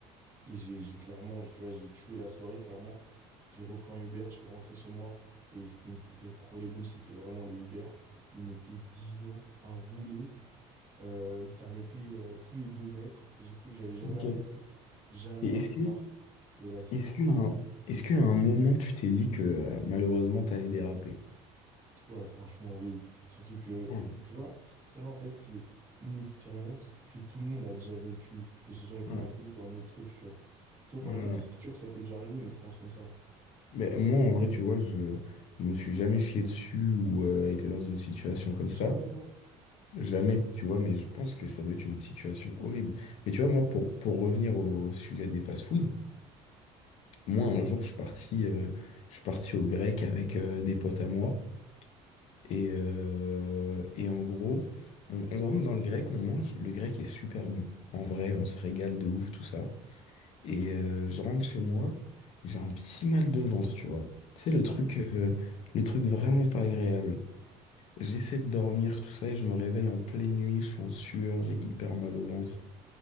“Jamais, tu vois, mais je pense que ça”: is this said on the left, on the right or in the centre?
Left